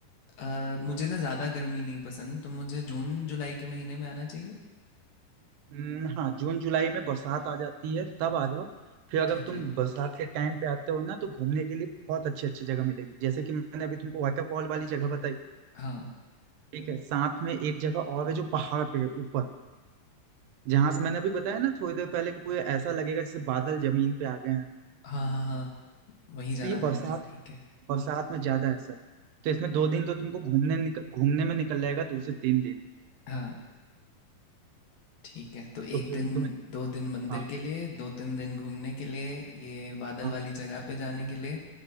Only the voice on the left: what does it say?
अ, मुझे ना ज़्यादा गर्मी नहीं पसंद तो मुझे जून जुलाई के महीने में आना चाहिए
ठीक
है
हाँ
हाँ हाँ हाँ वहीं जाना
पड़ना
है ठीक है
हाँ ठीक है तो
एक
दिन
दो दिन मंदिर
के लिए दो तीन दिन घूमने के लिए ये बादल
वाली जगह पे जाने के लिए